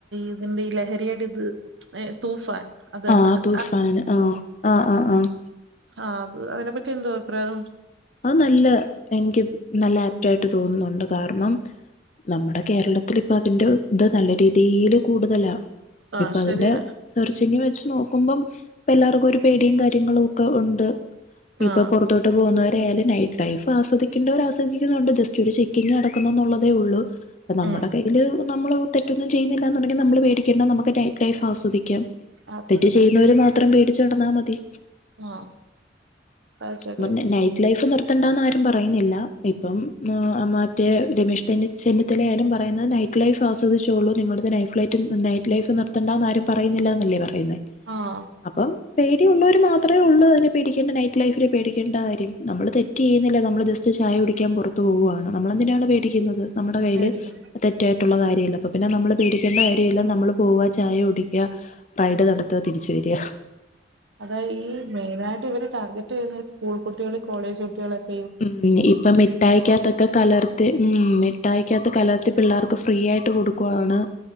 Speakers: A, on the right; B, on the left.
A: ഇതിന്റെ ഈ ലഹരിയടിത് ഏ തൂഫാൻ. അത് തന്നെ
B: ആഹ്
A: <inaudible>
B: തൂഫാൻ ആഹ് ആഹ് ആഹ് ആഹ്
A: ആഹ് അത് ഐനെപ്പറ്റി എന്തോവാ അഭിപ്രായം
B: അത് നല്ല എനിക്ക് നല്ല ആപ്റ്റായിട്ട് തോന്നുന്നുണ്ട് കാരണം നമ്മടെ കേരളത്തിലിപ്പതിന്റെ ത് നല്ല രീതീല് കൂടുതലാ
A: ആഹ്
B: ഇപ്പതിന്റെ
A: ശരിയാ
B: സെർച്ചിങ്ങ് വെച്ച് നോക്കുമ്പം ഇപ്പ എല്ലാവർക്കു ഒരു പേടിയും കാര്യങ്ങളുംഒക്കെ ഉണ്ട്. ഇപ്പൊ
A: ആഹ്
B: പൊറത്തോട്ട <unintelligible> എ.. അല്ല നൈറ്റ് ടൈഫ് ആസ്വദിക്കേണ്ടവര് ആസ്വദിക്കുന്നുണ്ട്. ജസ്റ്റ് ഒരു ചെക്കിങ്ങ് നടക്കുന്നു ന്നുള്ളതേ ഉള്ളൂ. അപ്പംനമ്മുടെ
A: ഉം
B: കയ്യില് നമ്മള് തെറ്റൊന്നും ചെയ്യുന്നില്ല എന്നുണ്ടെങ്കില്നമ്മള് വേടിക്കേണ്ട നമുക്ക് ലൈഫ് ആസ്വദിക്കാം
A: ആസ്വദിക്കാം
B: തെറ്റ് ചെയ്യുന്നവര് മാത്രം പേടിച്ചു നടന്നാ മതി
A: ആഹ് അത് ശെരിയാ
B: അപ്പ നൈറ്റ് ലൈഫ് നിർത്തണ്ടാന്ന് ആരും പറയ്ന്നില്ല ഇപ്പം ആ മറ്റേ രമേഷ് ചെന്നി ചെന്നിത്തലായാലും പറയുന്നേ നൈറ്റ് ലൈഫ് ആസ്വദിച്ചോളൂ നിങ്ങളെടത്ത് നൈഫ് ലൈറ്റ് നൈറ്റ് ലൈഫ് നിർത്തണ്ടാന്ന് ആരും പറയുന്നില്ലാന്നല്ലേ പറയുന്നേ
A: ആഹ്
B: അപ്പം പേടി ഉള്ളോര് മാത്രേ ഒള്ളൂ ഐനെ പേടിക്കേണ്ടെ നൈറ്റ് ലൈഫിനെ പേടിക്കേണ്ട കാര്യം നമ്മൾ തെറ്റ്യ്യിന്നില്ല നമ്മൾ ജസ്റ്റ് ചായ കുടിക്കാൻ പൊറത്ത് പോവാണ് നമ്മളെന്തിനാണ് പേടിക്കുന്നത് നമ്മുടെ കയ്യില്
A: മേടിക്കും
B: തെറ്റായിട്ടുള്ള കാര്യല്യ അപ്പൊ പിന്നെ നമ്മള് പേടിക്കേണ്ട കാര്യല്യ നമ്മള് പോവാ ചായ കുടിക്യാ റൈഡ് നടത്താ തിരിച്ച് വരാ
A: അതാ ഈ മെയിനായിട്ട് ഇവര് ടാർഗറ്റെയ്യുന്നെ സ്കൂൾ കുട്ട്യാള് കോളേജ് കുട്ട്യാളൊക്കെ
B: ഉം ഇപ്പൊ മിഠായിക്കകത്തൊക്കെ കലർ ത്തി ഉം മിട്ടായ്ക്കകത്ത് കലർത്തി പിള്ളേർക്ക് ഫ്രീ ആയിട്ട് കൊടുക്കുവാണ്